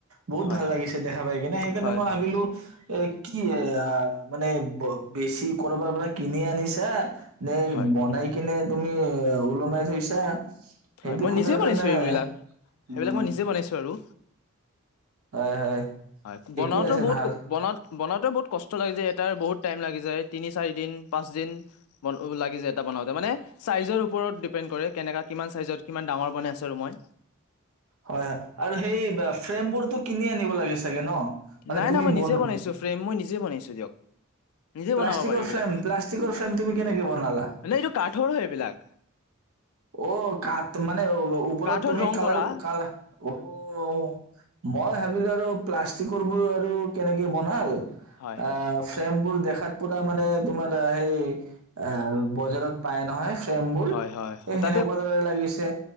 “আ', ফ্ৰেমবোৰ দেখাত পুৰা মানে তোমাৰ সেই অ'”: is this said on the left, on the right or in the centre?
Right